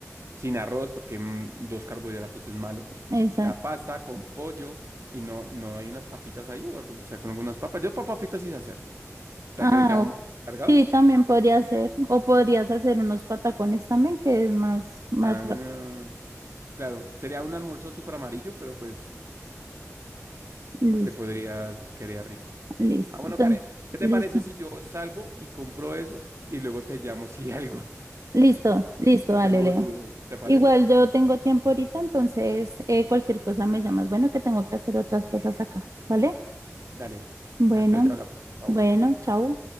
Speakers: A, on the right (about 60°); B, on the right (about 85°).
A: sin arroz, porque mm, dos carbohidratos es malo.
B: Exacto.
A: La pasta con pollo y no, no hay unas papitas ahí, o, algo, o sea, con algunas papas. Yo papas fritas sí sé hacer. O sea,
B: Ah,
A: que le queda muy cargado.
B: Sí, también podría ser. O podrías hacer unos patacones también, que es más, más
A: Ah,
B: rápido.
A: claro, sería un almuerzo súper amarillo, pero pues
B: Listo,
A: se podría, quedar rico.
B: listo.
A: Ah, bueno,
B: Entonces,
A: Karen, ¿qué te
B: listo,
A: parece si yo salgo y compro eso y luego te llamo si algo?
B: listo, listo,
A: si
B: dale,
A: tengo
B: Leo.
A: dudas. ¿Te parece?
B: Igual yo tengo tiempo ahorita, entonces eh, cualquier cosa me llamas. Bueno, que tengo que hacer otras cosas acá, ¿vale?
A: Dale.
B: Bueno,
A: Entonces ya hablamos. Chao.
B: bueno, chao.